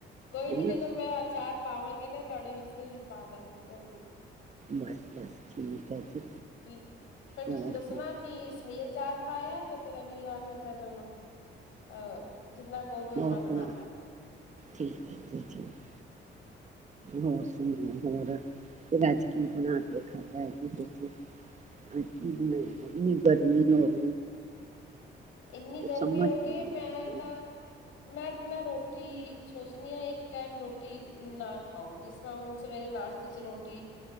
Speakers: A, on the left; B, on the right.
A: ਕੋਈ ਨੀ,
B: ਹਨਾ।
A: ਜਦੋਂ ਮੈਂ ਅਚਾਰ ਪਾਵਾਂਗੀ ਨਾ ਤੁਹਾਡੇ ਵਾਸ <unintelligible> ਪਾਦਾਂਗੀ ਕੋਈ ਨਹੀਂ।
B: ਬਸ-ਬਸ ਠੀਕ ਹੈ ਜੀ,
A: ਠੀਕ ਫੇਰ ਤੁਸੀਂ
B: ਹੋਰ
A: ਦੱਸਣਾ
B: ਕੀ
A: ਕਿ ਸਹੀ ਅਚਾਰ ਪਾਇਆ ਤੇ ਫਿਰ ਅਗਲੀ ਵਾਰ ਫਿਰ ਮੈਂ ਤੁਹਾਨੂੰ, ਅਹ ਜਿੰਨਾ ਕੋਹਗੇ ਉਹਨਾ
B: ਹੋਰ
A: <unintelligible>
B: ਸੁਣਾ ਠੀਕ ਹੈ ਜੀ ਠੀਕ ਹੋਰ ਸੁਣਾਓ? ਹੋਰ ਤੇ ਫਿਰ ਅੱਜ ਕੀ ਬਣਾ ਕੇ ਖਾਧਾ ਹੈ ਕਿ ਤੁਸੀਂ? ਅੱਜ ਕੀ ਬਣਾਇਆ?
A: ਹੈ।
B: ਇੰਨੀ ਗਰਮੀ ਹੋ ਗੀ
A: ਇੰਨੀ ਗਰਮੀ
B: ਸਮਝ
A: ਹੋ ਗਈ
B: ਨੀ
A: ਮੈਂ
B: ਆ ਰਹੀ
A: ਤਾਂ, ਮੈਂ ਮੈਂ ਰੋਟੀ ਰੋਟੀ ਸੋਚਣੀ ਆ ਇੱਕ ਟਾਈਮ ਰੋਟੀ ਨਾ ਖਾਓ, ਜਿਸ ਤਰ੍ਹਾਂ ਹੁਣ ਸਵੇਰੇ ਨਾਸ਼ਤੇ ਚ ਰੋਟੀ,